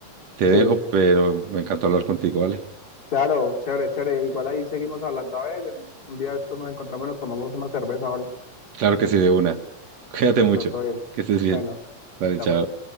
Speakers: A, on the right; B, on the left.
A: te
B: sí,
A: dejo, pero me encantó hablar contigo, ¿vale?
B: claro, chévere, chévere. Igual ahí seguimos hablando. A ver, en- un día de estos nos encontramos y nos tomamos una cerveza o algo.
A: Claro que sí, de una. <laughs> Cuídate
B: Listo,
A: mucho.
B: todo bien.
A: Que estés bien.
B: Bueno,
A: Vale,
B: ya
A: chao.
B: fue.